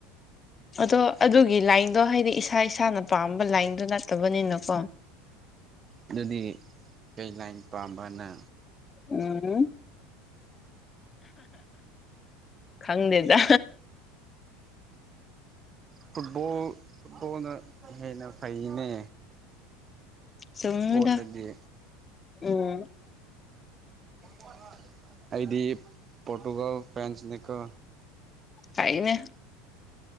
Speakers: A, on the left (about 25°); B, on the right (about 30°).
A: ꯑꯗꯣ ꯑꯗꯨꯒꯤ ꯂꯥꯏꯟꯗꯣ ꯍꯥꯏꯗꯤ ꯏꯁꯥ ꯏꯁꯥꯅ ꯄꯥꯝꯕ ꯂꯥꯏꯟꯗꯣ ꯅꯠꯇꯕꯅꯤꯅꯀꯣ
B: ꯑꯗꯨꯗꯤ ꯀꯩ ꯂꯥꯏꯟ ꯄꯥꯝꯕꯅ
A: ꯎꯝ ꯈꯪꯗꯦꯖ
B: ꯐꯨꯠꯕꯣꯜ ꯐꯨꯠꯕꯣꯜꯅ ꯍꯦꯟꯅ ꯐꯩꯅꯦ
A: ꯆꯨꯡꯗ
B: ꯏꯁꯄꯣꯔꯠꯇꯗꯤ
A: ꯎꯝ
B: ꯍ ꯀ ꯑꯩꯗꯤ ꯄꯣꯣꯔꯇꯨꯒꯜ ꯐ꯭ꯔꯦꯟꯁꯅꯤꯀꯣ
A: ꯍꯥꯏꯅꯦ